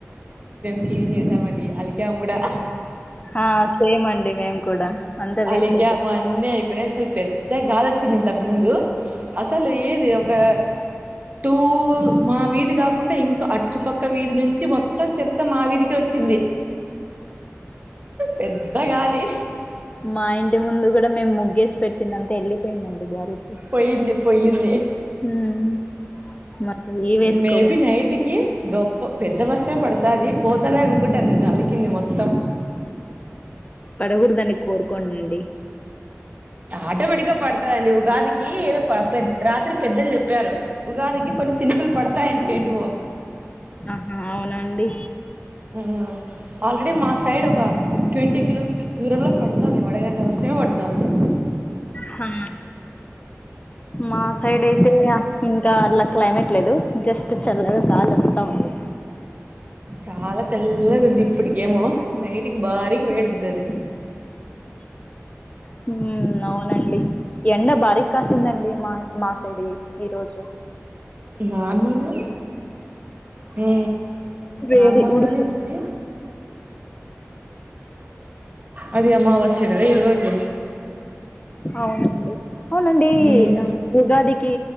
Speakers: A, on the right; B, on the left.
A: క్లిన్ చేసామండి అలికాము కూడా
B: ఆ సేమ్ అండి మేం కూడా అంతా వేస్ట్
A: అలికా
B: అయిపోతుంది
A: అన్ని ఐపోయినాయ్ పెద్ద గాలి వచ్చింది ఇంతకు ముందు అసలు ఏది ఒక టూ మా వీధి కాకుండా ఇంకా అట్టుపక్క వీధి నుంచి మొత్తం చెత్త మా వీధికి వ వచ్చింది పెద్ద గాలి
B: మా ఇంటి ముందు కూడా మేము ముగ్గేసి పెట్టిన అంత వెళ్ళిపోయిందండి గాలికి
A: పోయింది పోయింది
B: ఉమ్ మరి ఏ వేసుకో
A: మేబి నైట్కిి దో గొప్ప పెద్ద వర్షమే పడుతది పోతందిని అనుకుంటా నేన్న అలికింది మొత్తం
B: పడకుడదనీ కోరు కొండండి
A: ఆటోమేటిక్ గా పడుతదండి ఉగాదికి ఏదో ప పెద్ రాత్రి పెద్దలు చెప్పారు ఉగాదికి కొన్ని చినుకులు పడతాయ్ ఏంటివో
B: ఆహా అవునండి
A: ఆ ఆల్రెడీ మా సైడ్ ఒక ట్వంటీ కిలోమీటర్స్ దూరంలో పడుతంది వడగండ్ల వర్షమే పడుతుంది
B: హా మా
A: అందుకే
B: సైడ్
A: మాకు
B: అయితే
A: చాలా పెద్ద
B: ఇంకా అట్ల క్లైమేట్ లేదు జస్ట్ చల్లగా గాలోస్తా ఉంది
A: చాలా చల్లగా ఉంది ఇప్పటికేమో నైట్కి భారీగ వేడి ఉంటది
B: హు అవునండి ఎండ భారిక్కాసిందండి మ మా సైడ్ యి ఈరోోజు
A: నార్మల్గా హు
B: వేడి
A: నార్మల్
B: ఉడుకు
A: గానే ఉంది అది అమావస్య కదా ఈ రోజు
B: అవునండి అవునండి
A: ఉమ్
B: ఆ ఉగాదికి